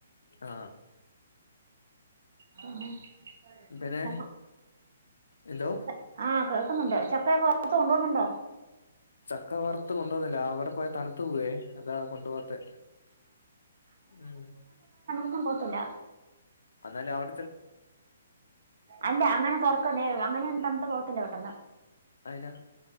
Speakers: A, on the left (about 70°); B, on the right (about 60°).
A: ആ
B: <inaudible>
A: പിന്നെ എന്തോ
B: ആ പ്പുണ്ട് ചക്കയൊക്കെ വറുത്ത് കൊണ്ട് പോകുന്നുണ്ടോ
A: ചക്ക വറത്ത് കൊണ്ടുപോന്നില്ല അവ വിടെ പോയ തണുത്തു പോവേ അതാ കൊണ്ടു പോവാത്തെ ഉം
B: ണുത്തും പോവത്തില്ല
A: എന്നാല് അവി
B: അല്ല അങ്ങനെ തുറക്കല്ലേ അങ്ങനെയന്നും തണത്ത് പോകത്തില്ല പെട്ടെന്ന്
A: അയിനാ